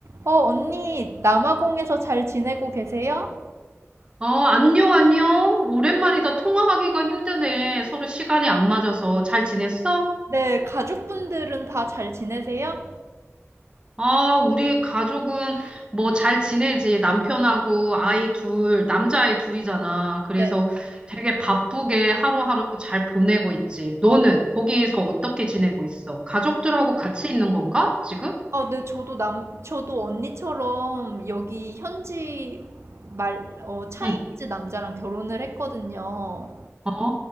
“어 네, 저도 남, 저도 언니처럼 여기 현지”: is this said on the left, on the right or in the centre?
Right